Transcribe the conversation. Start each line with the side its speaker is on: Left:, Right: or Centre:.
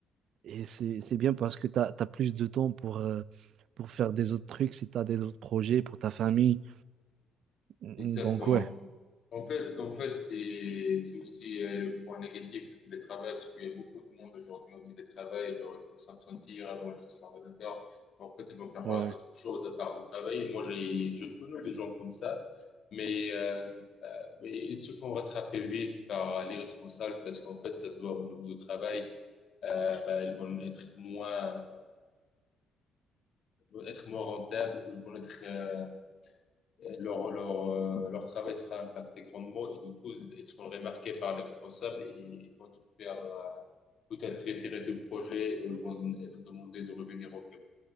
Right: et c'est, c'est bien parce que tu as, plus de temps pour, euh, pour faire des autres trucs, si tu as des autres projets pour ta famille. Donc,
Left: Exactement.
Right: ouais,
Left: En fait, en fait, c'est c'est aussi euh, le point négatif du télétravail, c'est qu'il y a beaucoup de monde aujourd'hui au télétravail, genre ils vont s'absentir, ils vont laisser l'ordinateur, en fait, ils vont faire
Right: ouais.
Left: euh, d'autres choses à part de travailler. Moi, j'ai, je connais des gens comme ça, mais, euh, mais ils se font rattraper vite par les responsables parce qu'en fait, ça se doit au niveau du travail, euh, bah, ils vont être moins, vont être moins rentables ou ils vont être euh, Euh, leur, leur, euh, leur travail sera impacté grandement et du coup, ils seront remarqués par les responsables et ils vont tout faire, euh, tout être retirer de projet et ils vont être demandés de revenir au bureau.